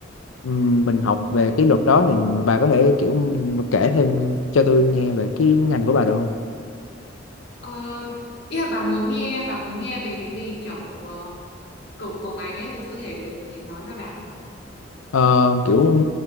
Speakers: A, on the left; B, on the left.
A: ừm, mình học về cái luật đó thì bà có thể kiểu mà kể thêm cho tôi nghe về cái ngành của bà được không
B: ờ, ý là bà muốn nghe bà muốn nghe về cái gì kiểu uh, của, của ngành ấy thì tôi có thể thể nói cho bà
A: ờ, kiểu